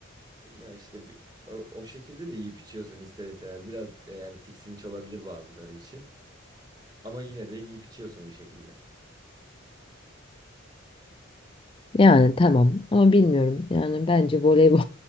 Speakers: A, on the right; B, on the left.
A: ya işte bir- o, o şekilde de yiyip içiyorsun ister istemez. Biraz e, yani tiksinç olabilir bazıları için ama yine de yiyip içiyorsun bir şekilde.
B: Yani tamam ama bilmiyorum. Yani bence voleybol